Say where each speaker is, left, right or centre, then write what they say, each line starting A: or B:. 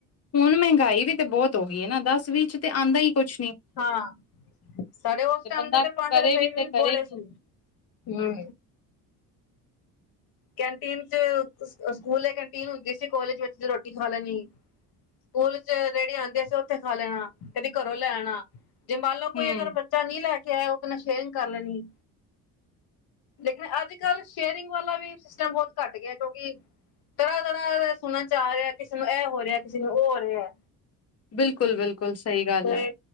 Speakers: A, on the left; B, on the left.
A: ਹੁਣ ਮਹਿੰਗਾਈ ਵੀ ਤੇ ਬਹੁਤ ਹੋ ਗਈ ਐ ਨਾ ਦੱਸ ਵੀਹ ਚ ਤੇ ਆਂਦਾ ਹੀ ਕੁਛ ਨੀ।
B: ਹਾਂ। ਸਾਡੇ ਓਸ ਟੈਮ
A: ਬੰਦਾ
B: ਦੇ ਤੇ ਪੰਜ
A: ਕਰੇ
B: ਰੁਪੇ ਵੀ
A: ਤੇ ਕਰੇ
B: ਬੋੜੇ
A: ਕੀ
B: ਸੀ ਹੂੰ। ਕੈਂਟੀਨ ਚ ਸਕੂਲੇ ਕੈਂਟੀਨ ਹੁੰਦੀ ਸੀ, ਕਾਲਜ ਵਿੱਚ ਰੋਟੀ ਖਾ ਲੈਣੀ। ਸਕੂਲ ਚ ਰੇਹੜੀ ਆਂਦੇ ਸੀ ਓਥੇ ਖਾ ਲੈਣਾ। ਕਦੀ ਘਰੋਂ ਲੈ ਆਣਾ। ਜੇ ਮੰਨ ਲਓ ਕੋਈ
A: ਹਮ
B: ਅਗਰ ਬੱਚਾ ਨਹੀਂ ਲੈ ਕੇ ਆਇਆ ਉਹਦੇ ਨੇ ਸ਼ੇਅਰਿੰਗ ਕਰ ਲੈਣੀ। ਲੇਕਿਨ ਅੱਜ ਕੱਲ੍ਹ ਸ਼ੇਅਰਿੰਗ ਵਾਲਾ ਵੀ ਸਿਸਟਮ ਬਹੁਤ ਘੱਟ ਗਿਆ ਕਿਉਂਕਿ ਤਰ੍ਹਾਂ ਤਰ੍ਹਾਂ ਤੇ ਸੁਣਨਾ ਚ ਆ ਰਿਹਾ ਕਿਸੇ ਨੂੰ ਐ ਹੋ ਰਿਹਾ ਕਿਸੇ ਨੂੰ ਓ ਹੋ ਰਿਹਾ ਐ।
A: ਬਿਲਕੁਲ ਬਿਲਕੁਲ ਸਹੀ ਗੱਲ
B: ਤੇ
A: ਹੈ।